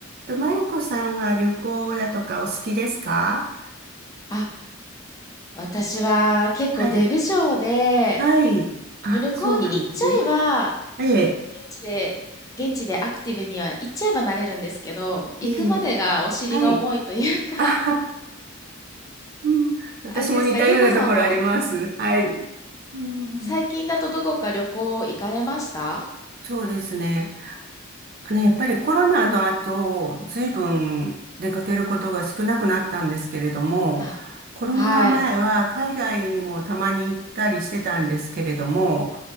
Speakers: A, on the right (about 50°); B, on the left (about 15°).
A: と、まゆこさんは旅行だとかお好きですか
B: あ、私は結構出不精で、
A: はい。はい。あ、
B: 旅行に行っちゃえば、
A: そうなんですね。ええ、
B: 現地で、現地でアクティブには行っちゃえばなれるんですけど、行くまでがお尻が重いというか
A: ええ、はい。
B: <laughs>
A: あ、うん。私も似たようなところあります。
B: あれですか、ゆうこさんは、
A: はい。うん。
B: 最近だとどこか旅行行かれました
A: そうですね。あの、やっぱりコロナの後、ずいぶん出かけることが少なくなったんですけれども、
B: あ、
A: コロナ前は海外にもたまに行ったりしてたんですけれども、
B: はい。